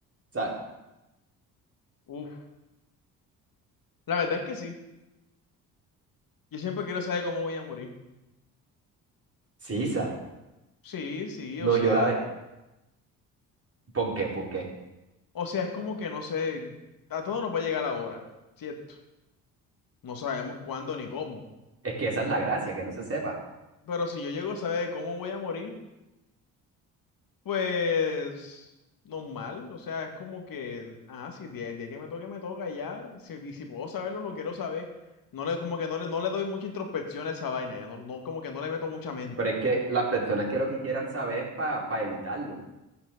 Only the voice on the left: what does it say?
Uf, la verdad es que sí. Yo siempre quiero saber cómo voy a morir.
Sí, sí,
o sea,
o sea, es como que no sé, a todo nos va a llegar la hora, ¿cierto? No sabemos cuándo ni cómo.
Pero si yo llego a saber cómo voy a morir, pues normal, o sea, es como que, ah, si el día, el día que me toque, me toca ya, si, y si puedo saberlo, lo quiero saber. No le, como que no le, no le doy mucha introspección a esa vaina, ya no, no, como que no le meto mucha mente.